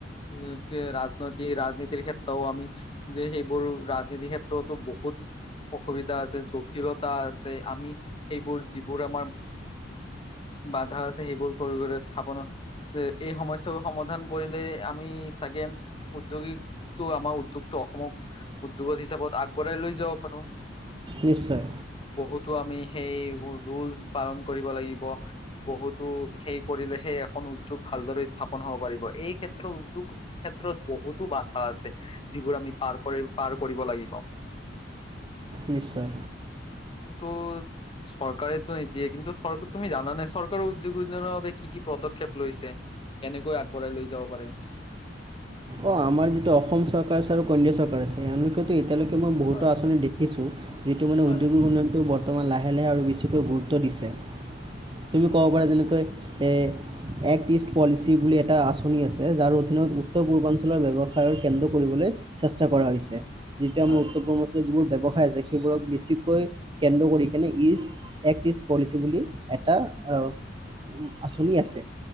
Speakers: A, on the left (about 30°); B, on the right (about 25°).
A: উম কি ৰাজনৈতিক ৰাজনীতিৰ ক্ষেত্ৰও আমি যে সেইবোৰ ৰাজনীতি ক্ষেত্ৰতো বহুত অসুবিধা আছে জটিলতা আছে আমি সেইবোৰ যিবোৰ আমাৰ বাধা আছে সেইবোৰ কৰি কৰি স্থাপন যে এই সমস্যাবোৰ সমাধান কৰিলে আমি চাগে উদ্যোগিক টো আমাৰ উদ্যোগটো অসমক উদ্যোগত হিচাপত আগবঢ়াই লৈ যাব পাৰো
B: নিশ্চয়
A: বহুতো আমি সেই ৰুলচ পালন কৰিব লাগিব বহুতো সেই কৰিলেহে এখন উদ্যোগ ভালদৰে স্থাপন হব পাৰিব এই ক্ষেত্ৰত উদ্যোগ ক্ষেত্ৰত বহুতো বাধা আছে যিবোৰ আমি পাৰ কৰি পাৰ কৰিব লাগিব <inaudible>
B: নিশ্চয়
A: কিন্তু চৰকাৰেতো এ নিদিয়ে কিন্তু চৰকা তুমি জানানে চৰকাৰৰ উদ্যোগ উন্নয়নৰ বাবে কি কি পদক্ষেপ লৈছে কেনেকৈ আগবঢ়াই লৈ যাব পাৰে
B: অ আমাৰ যিটো অসম চৰকাৰ আছে আৰু কেন্দ্ৰীয় চৰকাৰ আছে এওঁলোকেতো এতিয়ালৈকে মই বহুতো
A: হয়
B: আঁচনি দে দেখিছোঁ যিটো মানে
A: হয়
B: উদ্যোগিক উন্নয়নটো বৰ্তমান লাহে লাহে আৰু বেছিকৈ গুৰুত্ব দিছে তুমি কব
A: হয়
B: পাৰা যেনেকৈ এ এক্ট ইষ্ট পলিচি বুলি এটা আঁচনি আছে যাৰ অধীনত উত্তৰ পূৰ্বাঞ্চলৰ ব্যৱসায়ৰ কেন্দ্ৰ কৰিবলৈ চেষ্টা কৰা হৈছে যেতিয়া
A: হয়
B: মই উত্তৰ পূ্ৰ্বা যিবোৰ ব্যৱসায় আছে সেইবোৰক বেছিকৈ কেন্দ্ৰ কৰি কেনে ইষ্ট এক্ট ইষ্ট পলিচি বুলি এটা অ আঁচনি আছে